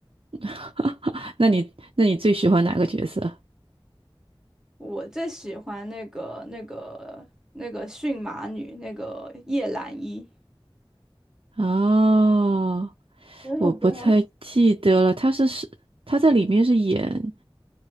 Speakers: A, on the right; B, in the centre.
A: <laughs> 那你那你最喜欢哪个角色？
B: 我最喜欢那个、那个、那个驯马女，那个叶澜依。
A: 哦，
B: 因为我觉得
A: 我不太记得了，他是是他在里面是演